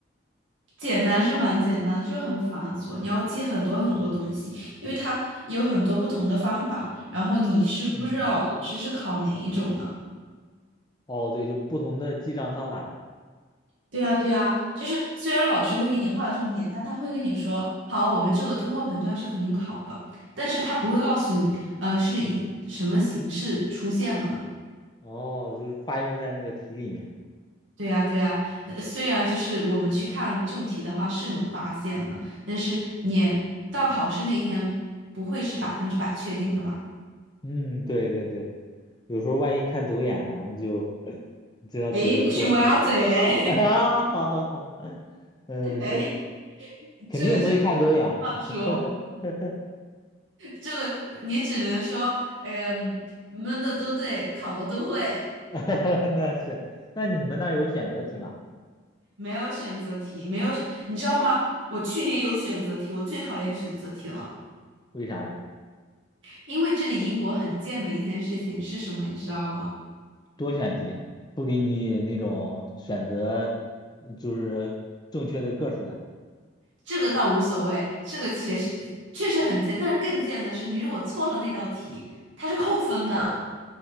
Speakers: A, on the right; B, on the left.
A: 简单是蛮简单的，就是很繁琐，你要记很多很多东西，因为它有很多不同的方法，然后你是不知道老师是考哪一种呢？
B: 嗯，哦，对，就不同的记账方法。
A: 对呀，对呀，就是虽然老师会给你划重点，他他会跟你说，好，我们这个通货膨胀是肯定考的，但是他不会告诉你，呃，是以什么形式出现的嘛。
B: 哦，就是化用在那个题里面。
A: 对呀，对呀，呃，虽然就是我们去看旧题的话是能发现的，但是你到考试那一天不会是百分之百确定的吧？
B: 嗯，对对对，有时候万一看走眼了，就 <laughs> 这道题就过了。
A: 哎，不许歪嘴哎
B: <laughs> 啊，好好好，嗯，
A: 诶
B: 对，
A: <laughs>，
B: 肯定不会看走眼。
A: 这个这个话说，
B: <laughs>
A: 这个呃你只能说，哎呀，闷的都对，考的都会，
B: <laughs> 那是，那你们那儿有选择题吗？
A: <laughs> 没有选择题，没有，你知道吗？我去年有选择题，我最讨厌选择题了，
B: 为啥呀？
A: 因为这里英国很贱的一件事情是什么，你知道吗？
B: 多选题啊不给你那种选择，就是正确的个数的。
A: 这个倒无所谓，这个确实确实很贱，但是更贱的是，你如果错了那道题，它是扣分的，